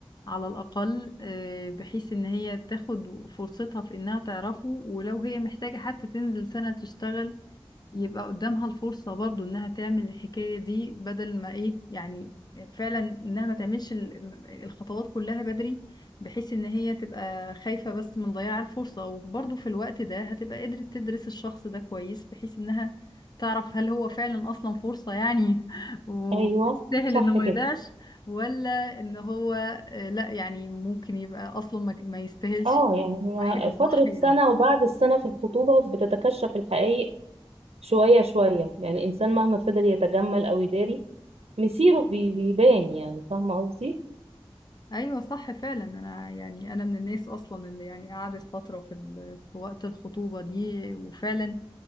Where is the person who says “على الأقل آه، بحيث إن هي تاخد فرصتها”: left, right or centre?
Left